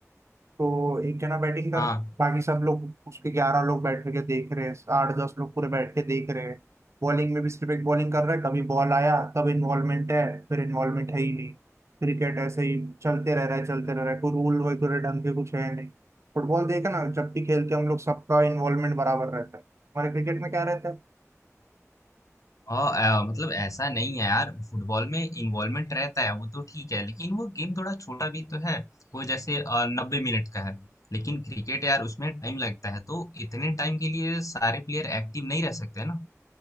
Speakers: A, on the right (about 60°); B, on the left (about 80°).
A: तो एक जना बैटिंग कर
B: हाँ
A: बाकी सब लोग उसके ग्यारह लोग बैठ के देख रहे हैं आठ दस लोग पूरे बैठ के देख रहे हैं बॉलिंग में भी सिर्फ एक बॉलिंग कर रहा है कभी बॉल आया तब इन्वॉल्वमेंट है फिर इन्वॉल्वमेंट है ही नहीं क्रिकेट ऐसे ही चलते रह रहा है चलते रह रहा है कोई रूल वगैरह ढंग के कुछ है नहीं फुटबॉल देखे ना जब भी खेलते हैं हम लोग सबका इन्वॉल्वमेंट बराबर रहता है हमारे क्रिकेट में क्या रहता है
B: और अ, मतलब ऐसा नहीं है यार फुटबॉल में इन्वॉल्वमेंट रहता है वो तो ठीक है लेकिन वो गेम थोड़ा छोटा भी तो है वो जैसे नब्बे मिनट का है लेकिन क्रिकेट यार उसमें टाइम लगता है तो इतने टाइम के लिए सारे प्लेयर एक्टिव नहीं रह सकते ना